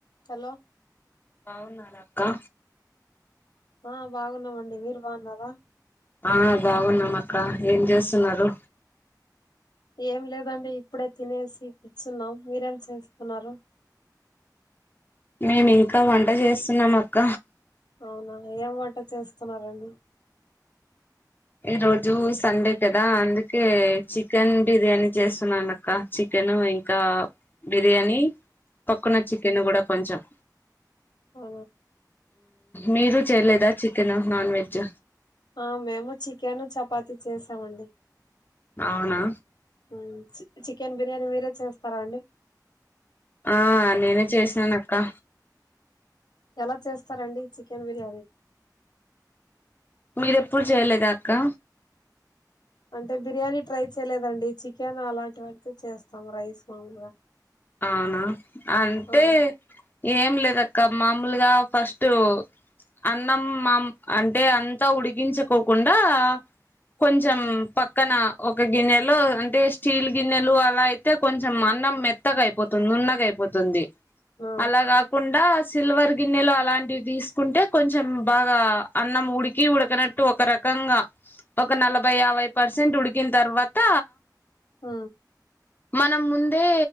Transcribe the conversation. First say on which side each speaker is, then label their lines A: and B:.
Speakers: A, on the left; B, on the left.
A: చల
B: బాగున్నారా అక్కా
A: ఆ బాగున్నామండి మీరు బాగున్నారా
B: ఆ బాగున్నాము అక్క ఏం చేస్తున్నారు?
A: ఏం లేదండి ఇప్పుడే తినేసి కూర్చున్నాం మీరేం చేస్తున్నారు?
B: మేము ఇంకా వంట చేస్తున్నాం అక్క
A: అవునా ఎం వంట చేస్తున్నారండి?
B: ఈ రోజు సండే కదా అందుకే చికెన్ బిర్యానీ చేస్తున్నాన అక్కా చికెన్ ఇంకా బిర్యానీ తొక్కున చికెన్ కూడా కొంచెం
A: ఆ
B: మీరు చేయలేదా చికెన్ నాన్ వెజ్
A: ఆ మేము చికెన్ చపాతిీ చేసామండి.
B: అవునా?
A: హ్మ్మ్ చికెన్ బిర్యానీ మీరే చేస్తారా అండి?
B: ఆ నేనే చేసినాను అక్కా
A: ఎలా చేస్తారండి చికెన్ బిర్యానీ?
B: మీరెప్పుడు చేయలేదా అక్కా?
A: అంటే బిర్యానీ ట్రై చేయలేదండి చికెన్ అలాంటివైతే చేస్తాం రైస్ మామూలుగా
B: అవునా అంటే
A: ఆ
B: ఏం లేదక్క మామూలుగా ఫస్ట్ అన్నం మా అంటే అంతా ఉడిగించకోకుండా కొంచం
A: ఉమ్
B: పక్కన ఒక గిన్నెలో అంటే స్టీల్ గిన్నెలు అలా అయితే కొంచెం అన్నం మెత్ త్తగా అయిపోతుంది నున్నగయిపోతుంది
A: ఆ
B: అలాగాకుం సిల్వర్ గిన్నెలు అలాంటివి తీసుకుంటే కొంచెం బాగా అన్నం ఉడికి ఉడకనట్టు ఒక రకంగా ఒక నలభై యాభై పర్సెంట్ ఉడికిన తర్వాత
A: ఆ
B: మనం ముందే